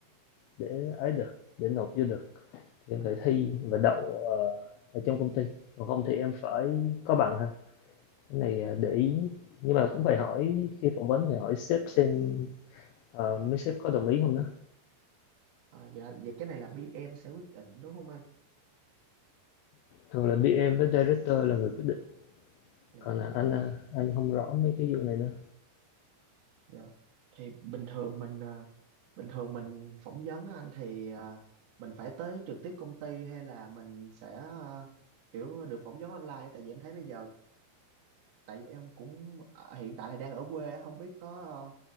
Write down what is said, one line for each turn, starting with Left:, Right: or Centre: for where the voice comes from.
Left: để ấy được để nộp vô được thì em
Right: à.
Left: phải thi và đậu ờ, ở trong công ty còn không thì em phải có bằng ha cái này à, để ý nhưng mà cũng phải hỏi khi phỏng vấn thì hỏi sếp xem ờ, mấy sếp có đồng ý không đó
Right: À, dạ, vậy cái này là bê em sẽ quyết định đúng không anh?
Left: thường là BM với director là người quyết định
Right: Dạ,
Left: còn là anh à, anh không rõ mấy cái vụ này nữa
Right: dạ. Thì bình thường mình à, bình thường mình phỏng vấn á anh thì à, mình phải tới trực tiếp công ty hay là mình sẽ à, kiểu được phỏng vấn online tại vì em thấy bây giờ tại vì em cũng à, hiện tại thì đang ở quê á, không biết có à,